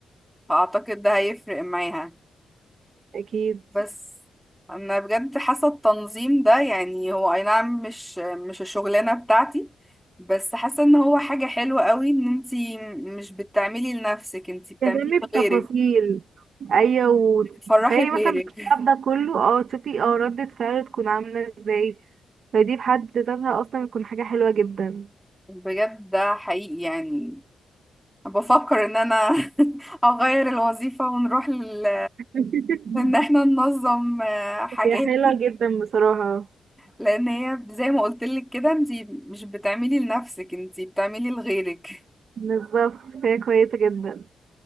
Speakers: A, in the centre; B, on the right.
A: فأعتقد ده هيفرق معاها
B: اكيد
A: بس انا بجد حاسه التنظيم ده يعني هو اي نعم مش مش الشغلانه بتاعتي بس حاسه ان هو حاجه حلوه قوي ان انتي مش بتعملي لنفسك انتي بتعملي
B: تهتمي بتفاصيل
A: لغيرك
B: ايوه وتخيلي
A: بتفرحي غيرك
B: مثلا بالتعب ده كله اه تشوفي اه ردة فعله تكون عاملة ازاي فدي بحد ذاتها اصلا بتكون حاجة حلوة جدا
A: بجد ده حقيقي يعني بفكر ان انا <laughs> اغير الوظيفه ونروح لل...
B: <laughs>
A: ان احنا ننظم آه، حاجات
B: هي حلوة جدا بصراحة
A: لان هي زي ما قلت لك كده انتي مش بتعملي لنفسك انتي بتعملي لغيرك
B: بالظبط هي كويسة جدا